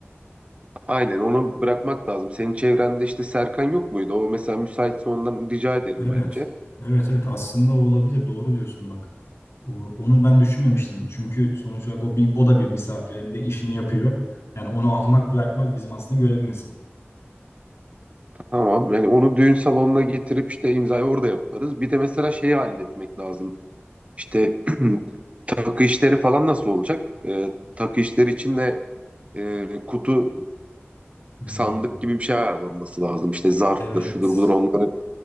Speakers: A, on the right (about 30°); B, on the left (about 85°).
A: Aynen onu bırakmak lazım. Senin çevrende işte Serkan yok muydu? O mesela müsaitse ondan rica edelim
B: Evet.
A: bence.
B: Evet evet aslında o olabilir. Doğru diyorsun bak. O- Onu ben düşünmemiştim. Çünkü sonuç olarak o bir, o da bir misafir hem de işini yapıyor. Yani onu almak bırakmak bizim aslında görevimiz.
A: Tamam. Yani onu düğün salonuna getirip işte imzayı orada yaparız. Bir de mesela şeyi halletmek lazım. İşte <clears throat> takı işleri falan nasıl olacak? Ee, takı işleri için de e, kutu
B: Hmm,
A: sandık gibi bir şey ayarlanması lazım. İşte zarftır,
B: evet.
A: şudur budur onları.